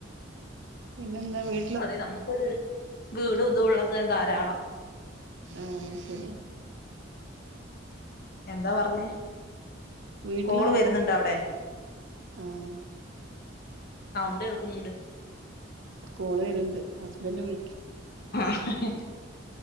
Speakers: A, on the right; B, on the left.
A: പിന്നെന്താ വീട്
B: അതെ നമുക്കൊരു വീട് ഇതൊള്ളത് ധാരാളം
A: അത് ശരിയാ
B: എന്താ പറഞ്ഞേ
A: വീട്ടിലൊന്നും
B: കോള് വരുന്നുണ്ടോ
A: പോകു
B: അവിടെ
A: ആഹ്
B: സൗണ്ട് കേൾക്കുന്നുണ്ട്
A: കോള് വരണ് ണ്ട് ഹസ്ബൻഡ് വിളിക്ക
B: ആഹ്